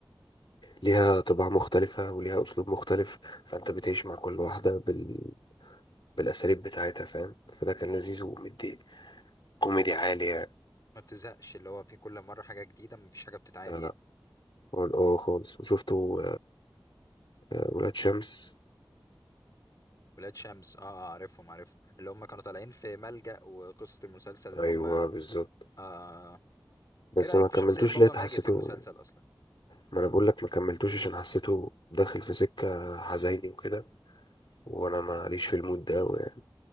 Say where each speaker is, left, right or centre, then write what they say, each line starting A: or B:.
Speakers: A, on the left; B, on the left.
A: ليها طباع مختلفة وليها اسلوب مختلف فانت بتعيش مع كل واحدة بال بالاساليب بتاعتها فاهم فده كان لذيذ ومدي كوميدي عالي يعني
B: ما بتزهقش اللي هو في كل مره حاجه جديده مفيش حاجه بتتعاد
A: لا
B: يعني
A: لا قول- اه خالص وشفته آه، ولاد شمس
B: ولاد شمس اه آه، عارفهم عارفهم اللي هم كانوا طالعين في ملجأ وقصة المسلسل ان
A: ايوه
B: هم آه
A: بالظبط
B: آه،
A: بس
B: ايه رأيك
A: ما كملتوش
B: في شخصية بابا
A: لقيت
B: ماجد
A: حسيته
B: في المسلسل اصلا
A: ما انا بقول لك ما كملتوش عشان حسيته داخل في سكة حزيني وكده وانا ماليش في المود ده أوي يعني